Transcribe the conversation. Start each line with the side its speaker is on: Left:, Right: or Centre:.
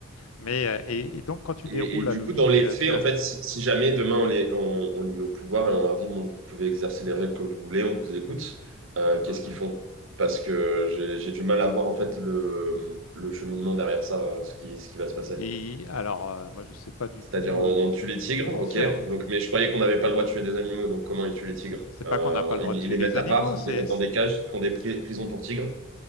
Left: Mais euh, et, et donc quand tu
Right: Et,
Left: déroules
Right: et du
Left: la logique,
Right: coup, dans les
Left: euh,
Right: faits,
Left: tu
Right: en
Left: as.
Right: fait, si, si jamais demain on les, on, on les met au pouvoir et on leur dit, bon, vous pouvez exercer les règles que vous voulez, on vous écoute, euh, qu'est-ce
Left: Mhm.
Right: qu'ils font? Parce que j'ai, j'ai du mal à voir en fait le, le cheminement derrière ça, ce qui, ce qui va se passer.
Left: Et alors, euh, moi, je sais pas du
Right: C'est-à-dire,
Left: tout
Right: on,
Left: euh,
Right: on tue les tigres,
Left: ce qu'ils vont
Right: ok.
Left: faire. hein.
Right: Donc, mais je croyais qu'on n'avait pas le droit de tuer des animaux, donc comment ils tuent les tigres?
Left: C'est
Right: Euh,
Left: pas qu'on n'a pas le droit
Right: ils,
Left: de tuer
Right: ils les
Left: les
Right: mettent
Left: animaux,
Right: à part, ils
Left: c'est.
Right: les mettent dans
Left: c'est-
Right: des cages, ils font des pri- prisons pour tigres.